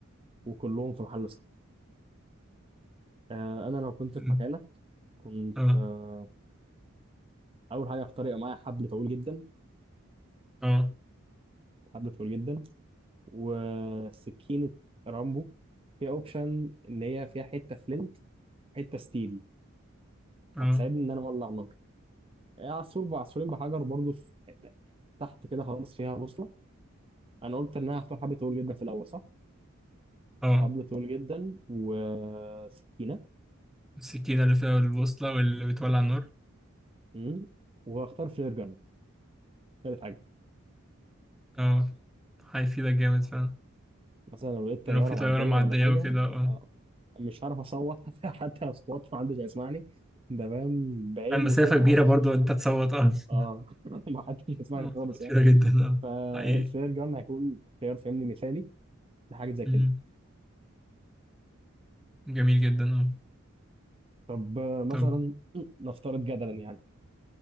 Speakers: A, on the right; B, in the centre.
A: وكلهم في محل صح آه انا لو كنت
B: م-
A: في مكانك كنت
B: اه
A: آه اول حاجه اختار يبقى معايا حبل طويل جدا
B: اه
A: حبل طويل جدا وسكينه رامبو فيها اوبشن ان هي فيها حته فلنت حته ستيل
B: اه
A: هتساعدني ان انا اولع نار آه، عصفور بعصفورين بحجر برضه في حته تحت كده خالص فيها بوصله انا قلت ان انا هختار حبل طويل جدا في الاول صح
B: اه
A: حبل طويل جدا وسكينه
B: السكينه اللي فيها البوصله واللي بتولع النار
A: امم وهختار فلير جن تالت حاجه
B: اه هيفيدك جامد فعلا
A: مثلا لو لقيت طياره
B: لو في
A: معديه
B: طياره معديه
A: ولا حاجه
B: وكده اه
A: آه، مش هعرف اصوت <laughs> حتى حتى لو صوت محدش هيسمعني ده فاهم بعير
B: المسافه
A: وصوتي محدش
B: كبيره برضو
A: هيسمعني
B: انت تصوت اه <laughs>
A: اه <laughs> محدش هيسمعني
B: مسافة
A: خالص
B: كبيره
A: يعني
B: جدا اه
A: فالفلير
B: حقيقي
A: جن هيكون خيار فني مثالي لحاجه زي كده
B: م. جميل جدا اه
A: طب آه، مثلا
B: طب
A: <clears throat> نفترض جدلا يعني